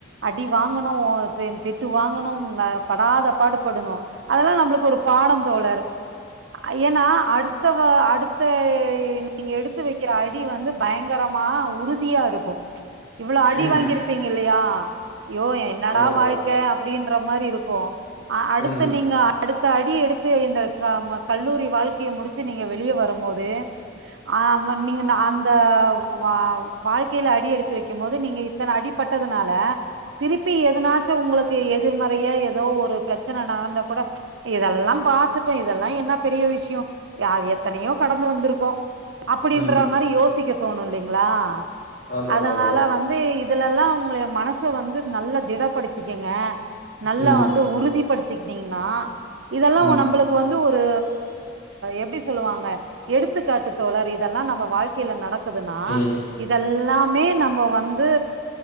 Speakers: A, on the right; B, on the left.
A: அடி வாங்கணு தே திட்டு வாங்கணும் ஆ படாத பாடு படணும் அதெல்லா நம்பளுக்கு ஒரு பாடம் தோழர் ஆ ஏன்னா அடுத்தவ அடுத்த நீங்க எடுத்து வக்கிற அடி வந்து பயங்கரமா உறுதியா இருக்கு இவ்ளோ அடி
B: ம்
A: வாங்கிரு ப்பீங்க இல்லையா ஐயோ என்னடா
B: ஆமா தோழா
A: வாழ்க்க அப்டின்ற மாரி இருக்கு ஆ அடுத்து
B: ம்
A: நீங்க அடுத்த அடி எடுத்து இந்த க ம கல்லூரி வாழ்க்கைய முடிச்சு நீங்க வெளிய வரும் போது ஆமா நீங்க ந அந்த வா வாழ்க்கையில அடி எடுத்து வைக்கும் போது நீங்க இத்தன அடிப்பட்டதுனால திருப்பி எதனாச்சு உங்களுக்கு எதிர்மறையா எதோ ஒரு பிரச்சன நடந்தா கூட இதெல்லா பாத்துட்டே இதெல்லா என்ன பெரிய விஷய யார் எத்தனயோ கடந்து வந்துருக்கோ அப்டின்ற
B: ம்
A: மாரி யோசிக்க தோணு இல்லிங்களா
B: ஆமா
A: அதனால
B: தோழா
A: வந் து இதுலல்லா உங்களய மன ச வந்து நல்ல திடப்படுத்திக்கங்க நல்லா
B: ம்
A: வந்து உறுதிப்படுத் திக்கிட்டீங்கன்னா இதெல்லா
B: ம்
A: ஓ நம்பளுக் வந்து ஒரு எப்டி சொல்லுவாங்க எடுத்துக்காட்டு தோழர் இதெல்லா நம்ம வாழ்க்கைல நடக்குதுன்னா
B: ம்
A: இதெல்லாமே நம்ம வந்து